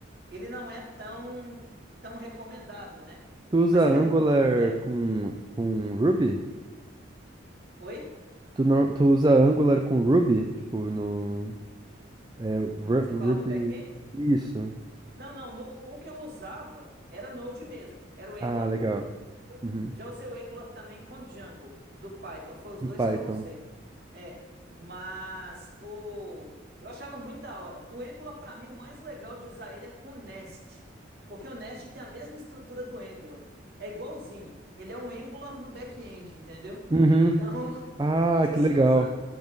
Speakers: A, on the right (about 50°); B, on the right (about 20°).
A: ele não é tão, tão recomendado, né?
B: Tu usa
A: Mas ele
B: Angular
A: é muito completo.
B: com, com Ruby?
A: Oi?
B: Tu, nor- tu usa Angular com Ruby? Tipo, no. É, Ru-
A: No- você
B: Ruby.
A: fala no back-end?
B: Isso.
A: Não, não. no- o que eu usava era Node mesmo. Era o Angular
B: Ah, legal.
A: com Node. Eu
B: Uhum.
A: já usei o Angular também com Django do Python. Foi os
B: Do
A: dois
B: Python.
A: que eu usei. É, mas o eu achava muito da hora. O Angular pra mim o mais legal de usar ele é com Nest, porque o Nest tem a mesma estrutura do Angular. É igualzinho. Ele é um Angular no back-end, entendeu?
B: Uhum.
A: Então, <laughs>
B: Ah,
A: se você
B: que legal.
A: usar